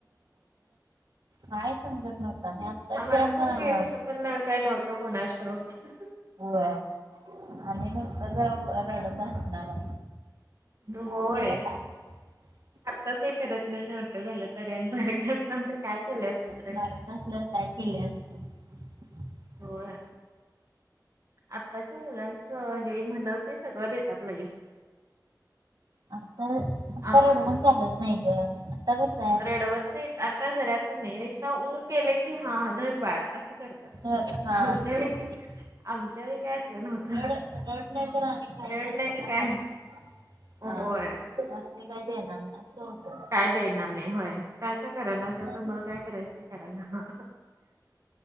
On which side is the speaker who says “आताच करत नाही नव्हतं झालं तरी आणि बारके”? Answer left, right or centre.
Right